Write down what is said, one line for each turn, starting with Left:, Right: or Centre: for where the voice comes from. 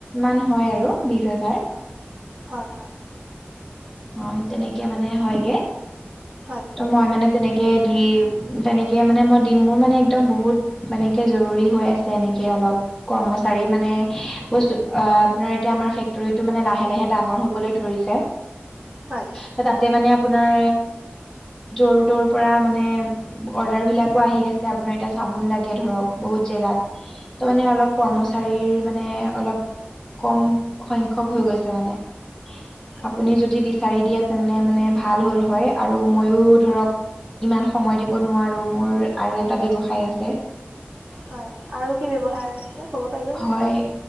Left: মান হয় আৰু বিশ হাজাৰ।
Right: হয়।
Left: হয় তেনেকে মানে হয়গে,
Right: হয়
Left: ত মই মানে তেনেকে দি তেনেকে মানে মই দিম, মোৰ মানে একদম বহুত মানেকে জৰুৰী হৈ আছে এনেকে অলপ কৰ্মচাৰী মানে বস্তু, আপোনাৰ এতিয়া আমাৰ ফেক্টৰীটো মানে লাহে লাহে ডাঙৰ হবলৈ ধৰিছে।
Right: হয়
Left: ত তাতে মানে আপোনাৰ যোৰ তৰ পৰা মানে অৰ্ডাৰ বিলাকো আহি আছে আপোনাৰ এতিয়া চাবোন লাগে ধৰক বহুত জেগাত ত মানে
Right: হয়
Left: অলপ কৰ্মচাৰীৰ মানে অলপ কমসংখ্যক হৈ গৈছে মানে
Right: হয়
Left: বিচাৰি দিয়া তেনে মানে ভাল হ'ল হয় আৰু মইো ধৰক ইমান সময় দিব নোৱাৰো মোৰ আৰু এটা ব্য্ৱসায় আছে
Right: হয় আৰু কি ব্যৱসায় আছে ক'ব পাৰিব নেকি
Left: হয়